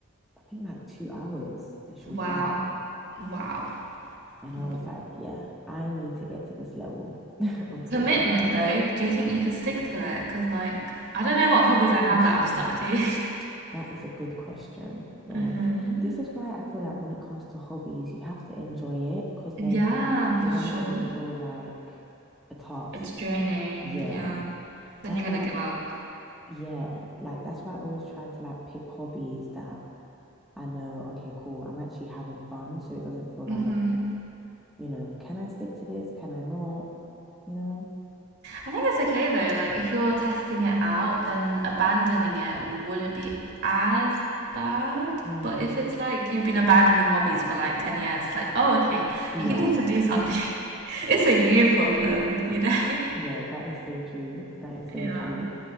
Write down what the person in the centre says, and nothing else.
I think like two hours, and she was
done.
And
I was like, yeah, I need to get to this level <laughs> of creativity.
That's
a good
question.
That is a good question. Like,
this is why I feel like when it comes to hobbies, you have to enjoy it because then
it doesn't
really feel like a task.
Yeah.
That's
why,
yeah, like that's why I always try to like pick hobbies that I know, okay, cool, I'm actually having fun. So it doesn't feel
like, you know, can I stick to this? Can I not? You know?
Mm,
yeah.
<laughs>
Yeah, that is so true. That is so
true.